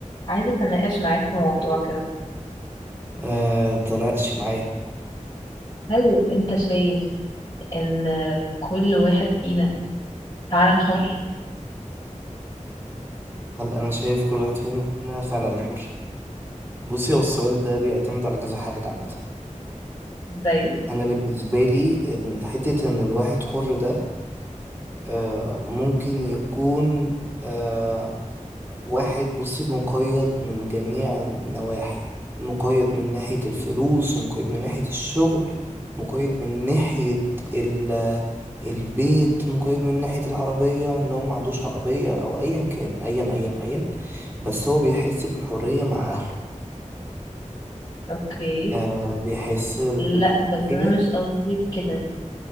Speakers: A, on the left; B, on the right.
A: عايزة أتناقش معاك في موضوع كده
B: آه، تناقشي معايا
A: هل أنت شايف إن كل واحد فينا فعلا حر
B: هل أنا شايف كل واحد فينا فعلا حر؟ بصي هو السؤال ده بيعتمد على كذا حاجة عامة
A: زي
B: أنا بالنسبة لي ال- حتة إن الواحد حر ده آه، ممكن يكون آه، واحد بصي مقيد من جميع النواحي مقيد من ناحية الفلوس ومقيد من ناحية الشغل مقيد من ناحية ال البيت مقيد من ناحية العربية اللي هو ما عندوش عربية أو أيا كان أيا أيا أيا بس هو بيحس بالحرية مع أهله
A: أوكي
B: آه بيحس بالحرية
A: لا بس أنا مش قصدي كده